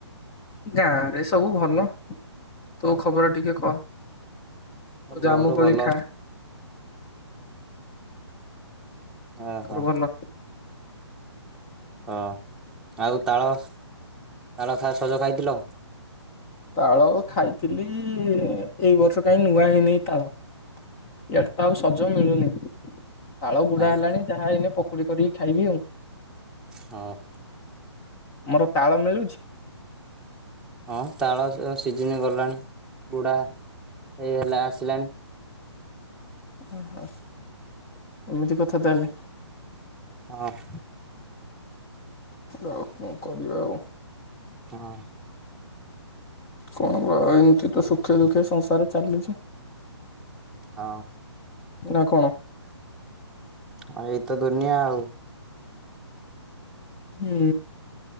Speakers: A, on the left (about 20°); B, in the centre.
A: ଗାଁରେ ସବୁ ଭଲ ତୋ ଖବର ଟିକେ କହ? ହଉ
B: ମୋର
A: ଜାମୁ କୋଳି
B: ଭଲ
A: ଖା
B: ଓହୋ।
A: ତୋର ଭଲ
B: ହଁ ଆଉ ତାଳ ତାଳ ସ ସଜ ଖାଇଥିଲ?
A: ତାଳ ଖାଇଥିଲି ଏଇ ବର୍ଷ କାହିଁ ନୂଆ ହେଇନି ତାଳ। ଇଆଡ ତ ଆଉ ସଜ ମିଳୁନି ତାଳ ବୁଢା
B: ଆଉ
A: ହେଲାଣି ଯାହା ଏଇନେ ପକୋଡି କରିକି ଖାଇବି ଆଉ।
B: ହଁ
A: ମୋର ତାଳ ମିଲୁଚି?
B: ହଁ ତାଳ ସିଜିନ ଗଲାଣି ବୁଡ଼ା ଏଇ ହେଲା ଆସିଲାଣି।
A: ଓହୋ ଏମିତି କଥା ତାହେଲେ।
B: ହଁ
A: ଉ କଣ କରିବା ଆଉ?
B: ହଁ
A: କଣ କ ଆ ଏମତି ତ ସୁଖେ ଦୁଃଖେ ସଂସାର ଚାଲୁଛି।
B: ହଁ
A: ନା କଣ?
B: ହଁ ଏଇତ ଦୁନିଆ ଆଉ।
A: ହୁଁ